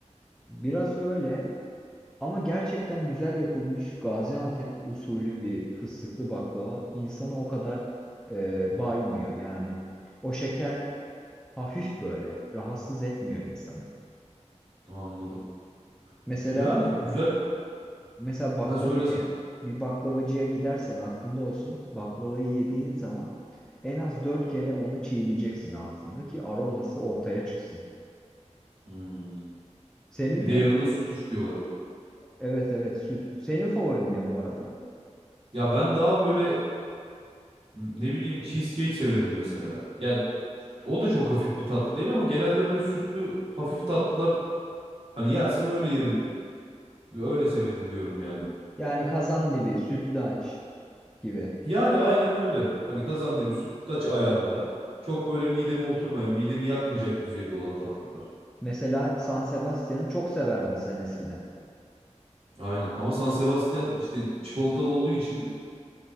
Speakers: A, in the centre; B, on the right.
A: Biraz öyle. Ama gerçekten güzel yapılmış Gaziantep usulü bir fıstıklı baklava insanı o kadar e, baymıyor. Yani o şeker hafif böyle rahatsız etmiyor insanı.
B: Anladım.
A: Mesela
B: Yani güzel.
A: mesela baklavacı
B: Ben söylesen.
A: bir baklavacıya gidersen aklında olsun baklavayı yediğin zaman en az dört kere onu çiğneyeceksin ağzında ki aroması ortaya çıksın.
B: Hmm.
A: Senin
B: Bir de
A: ne?
B: yanında süt istiyorlar.
A: Evet evet süt. Senin favorin ne bu arada?
B: Ya ben daha böyle Ne bileyim cheesecake severim mesela. Ya o da çok hafif bir tatlı değil ama genelde böyle sütlü hafif tatlılar hani yersem öyle yerim ve öyle severim diyorum yani.
A: Yani kazandibi, sütlaç gibi.
B: Yani aynen öyle. Hani kazandibi sütlaç ayarında çok böyle mideme oturmayan, midemi yakmayacak düzeyde olan tatlılar.
A: Mesela San Sebastian'ı çok severdin sen eskiden.
B: Aynen. Ama San Sebastian işte çikolatalı olduğu için